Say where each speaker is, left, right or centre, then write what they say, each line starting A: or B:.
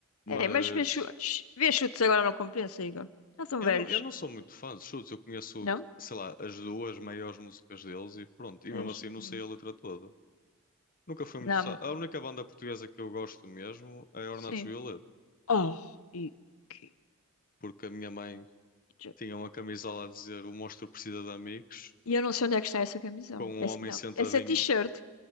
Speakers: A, on the left; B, on the left.
A: Mas
B: É, mas ver chutes. Ver chutes agora não compensa, Igor. Já são
A: eu
B: velhos.
A: não, eu não sou muito fã de Chutes, eu conheço,
B: Não?
A: sei lá, as duas maiores músicas deles e pronto. E mesmo
B: És-
A: assim não
B: hum.
A: sei a letra toda. Nunca fui muito...
B: Não.
A: sa- A única banda portuguesa que eu gosto mesmo é Ornatos
B: Sim.
A: Violeta,
B: Oh, e que
A: porque a minha mãe
B: giro.
A: tinha uma camisola a dizer O Monstro Precisa de Amigos
B: E eu não sei onde é que está essa camisola.
A: com um
B: Essa,
A: homem
B: não,
A: sentadinho,
B: essa t-shirt.